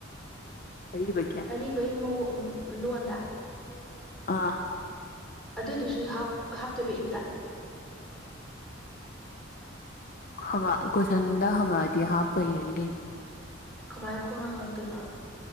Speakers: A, on the left; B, in the centre.
A: ꯀꯕꯦ
B: ꯑꯔꯤꯕꯩ ꯃꯑꯣꯡ ꯂꯣꯟꯗ
A: ꯑꯥ
B: ꯑꯗꯨꯗꯨꯁꯨ ꯍꯥꯞ ꯍꯥꯞꯇꯔꯛꯏꯕꯗ
A: ꯍꯪꯛ ꯀꯣꯏꯁꯟꯗ ꯍꯪꯉꯛꯑꯗꯤ ꯍꯥꯞꯄ ꯏꯔꯅꯤ ꯀꯩꯅꯣ
B: ꯀꯃꯥꯏꯅ ꯈꯣꯡꯅ ꯍꯪꯉꯛꯇꯣꯏꯅꯣ